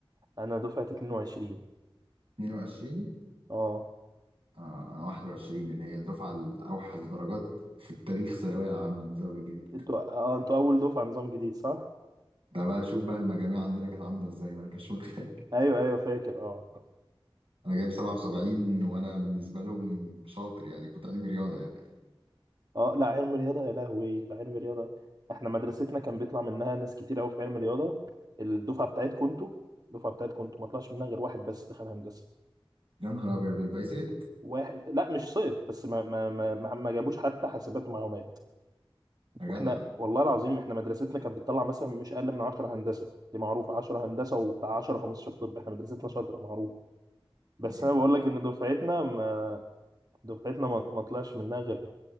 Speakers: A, on the right (about 45°); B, on the right (about 75°).
A: انا دفعه 22
B: 22
A: اه
B: آه انا 21 اللي هي الدفعة الاوحش درجات في التاريخ الثانوية العامة النظام الجديد
A: انتوا اه انتوا اول دفعه نظام جديد صح
B: ده بقى شوف بقى المجاميع عندنا كانت عاملة ازاي بقى انت مش متخيل
A: ايوه ايوه فاكر اه
B: انا جايب 77 وانا بالنسبة لهم شاطر يعني كنت علمي رياضة يعني
A: اه لا علم رياضة يا لهوي لا علم رياضة احنا مدرستنا كان بيطلع منها ناس كتير قوي في علم رياضة الدفعة بتاعتكم انتوا الدفعة بتاعتكم انتوا ما طلعش منها غير واحد بس دخل هندسة
B: يا نهار ابيض البايسات
A: واحد لا مش سقط بس ما ما ما ما ما جابوش حتى حاسبات ومعلومات
B: يا جدع
A: واحنا والله العظيم احنا مدرستنا كانت بتطلع مثلا مش اقل من 10 هندسة دي معروفة 10 هندسة وبتاع 10 15 طب احنا مدرستنا شاطرة معروف بس
B: يعني
A: انا بقول لك ان دفعتنا ما دفعتنا ما ما طلعش منها غير